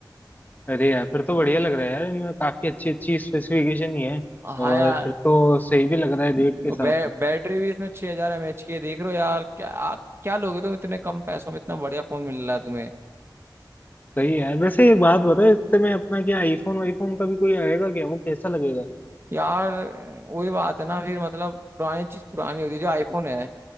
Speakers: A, on the left; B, on the right.
A: अरे यार फिर तो बढ़िया लग रहा है यार इनमें काफी अच्छी अच्छी स्पेसिफिकेशन ही है
B: हाँ
A: और
B: यार
A: फिर तो सही भी लग रहा है रेट के हिसाब
B: बै,
A: से
B: बैटरी भी इसमें 6000 हजार एम एच की है देख रहे हो यार क्या आप क्या लोगे तुम इतने कम पैसों में इतना बढ़िया फोन मिल रहा है तुम्हें
A: सही है यार वैसे एक बात बता इससे में अपना क्या आईफोन वाईफोन का भी कोई आएगा क्या वो कैसा लगेगा
B: यार वही बात है ना फिर मतलब पुरानी चीज पुरानी होती है जो आईफोन है